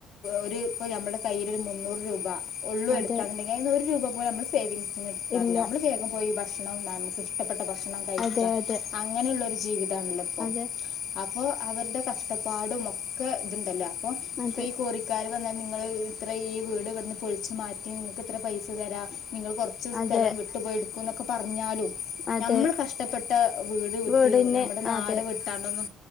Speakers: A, on the left; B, on the left.
A: ഒരു ഇപ്പൊ നമ്മുടെ കൈയിൽ ഒരു മുന്നൂറ് രൂപ ഉള്ളൂ
B: അതെ
A: എടുക്കാനുണ്ടങ്കിൽ അതിൽ നിന്നും ഒരു രൂപ പോലും നമ്മള് സേവിങ്സ് വേകാറില്ല
B: ഇല്ല
A: നമ്മള് വേഗം പോയി ഭക്ഷണം നമുക്ക് ഇഷ്ടപ്പെട്ട ഭക്ഷണം കഴിക്കാം
B: അതെ അതെ
A: അങ്ങനെ ഉള്ള ഒരു ജീവിതം ഇതാണല്ലോ ഇപ്പം
B: അതെ
A: അവരുടെ കഷ്ടപ്പാട് മ ഒക്കെ ഇതുണ്ടല്ലോ ഇപ്പൊ
B: അതെ
A: ഇപ്പോ ഈ കോറികാലും ൽ നിങ്ങ ഇത്ര ഈ വീട് ഇവിന്ന് പൊളിച്ചു മാറ്റി നിങ്ങൾക്ക് ഇത്ര പൈസ തരാം നിങ്ങൾ കോ സ്ഥലം
B: അതെ
A: വിട്ടുപോയിടുക്കുന്ന ഒക്കെ പറഞ്ഞാലും
B: അതെ
A: നമ്മൾ കഷ്ടപ്പെട്ട വീട് വിട്ടു
B: വീടിന്
A: ഞമ്മുടെ നാട്
B: അതെ
A: വിട്ടാണ്ടൊന്ന്